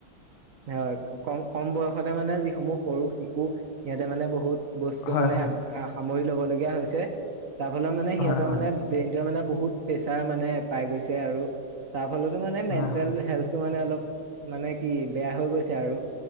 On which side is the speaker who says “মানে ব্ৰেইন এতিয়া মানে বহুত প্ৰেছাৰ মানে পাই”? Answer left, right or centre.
Right